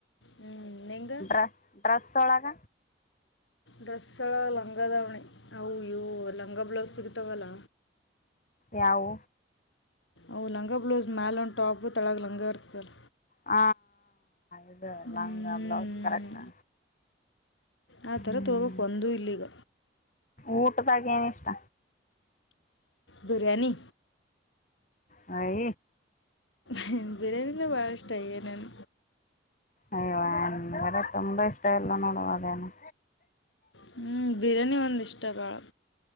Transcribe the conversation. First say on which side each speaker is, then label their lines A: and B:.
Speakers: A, on the left; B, on the left.
A: ಹ್ಞೂ ನಿಂಗೆ
B: ಡ್ರಸ್ ಡ್ರೆಸ್ ಒಳಗ
A: ಡ್ರೆಸ್ ಎ ಲಂಗದಾವಣಿ ಅವುಯವು ಲಂಗ ಬ್ಲೌಸ್ ಸಿಗ್ತಾವಲ್ಲ
B: ಯವು
A: ಅ ಲಂಗ ಬ್ಲೌಸ್ ಮ್ಯಾಲ ಒನ್ ಟಾಪ್ ತಳಗ ಲಂಗ ಇರ್ತಲ್ಲ
B: ಹ ಇ
A: ಹ್ಮ್.
B: ಲಾಂಗಾ ಬ್ಲೌಸ್ ಕರೆಕ್ಾ
A: ಆ ಥರ
B: ಹ್ಮ
A: ತೊಗೋಬೇಕು ಒಂದೂ ಇಲ್ಲೀಗ
B: ಊಟದಾಗ ಏನ ಇಷ್ಟ
A: ಬಿರಯಾನಿ
B: ಹಯ
A: ಹ್ಮ ಬಿರಿಯಾನಿಿಂದ ಬಾಳ ಇಷ್ಟ ಏನೇನ್
B: ಅಯ್ವ ಎಂದಡೆ ತುಂಬಾ ಇಷ್ಟ ಇಲ್ಲ ನೋಡುವ ಅದೇನ
A: ಹ್ಮ್ ಬಿರಿಯಾನಿ ಒಂದ ಇಷ್ಟ ಬಳ